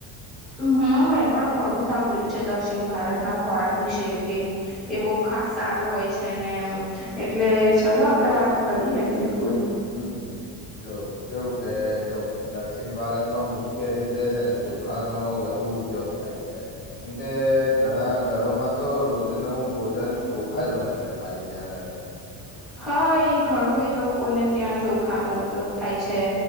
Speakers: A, in the centre; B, on the left.
A: હમ મેં પણ ઘણું સાંભળ્યું છે દક્ષિણ ભારતના ખોરાક વિશે કે એ બ હા સારું હોય છે ને એમ એટલે ચલને આપડે વાત કરીએ બિલકુલ
B: હમ જો કેવું કે જો દક્ષિણ ભારતમાં મુખ્ય રીતે છે ને ચોખાનો વ ધુ ઉપયોગ થાય છે કેમકે ઘણા ઘરોમાં તો રોજ નું ભોજન ચોખા હોય છે ખાલી ત્યાં આગળે
A: <inaudible> હા એ ઘણું એ લોકોને ત્યાં ચોખાનો ઉપયોગ થાય છે